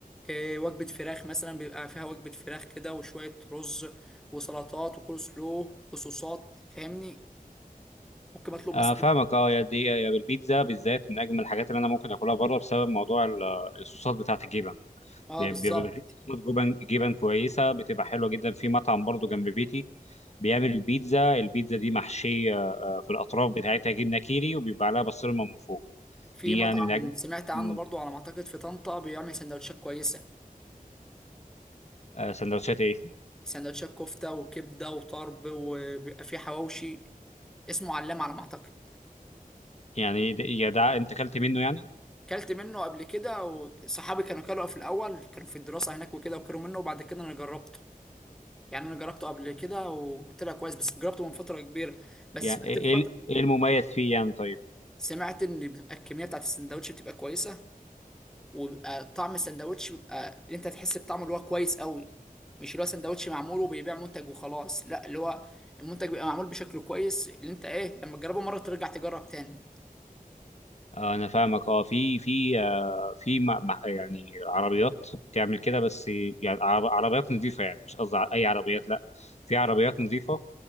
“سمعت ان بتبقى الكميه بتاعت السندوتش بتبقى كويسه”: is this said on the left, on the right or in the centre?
Centre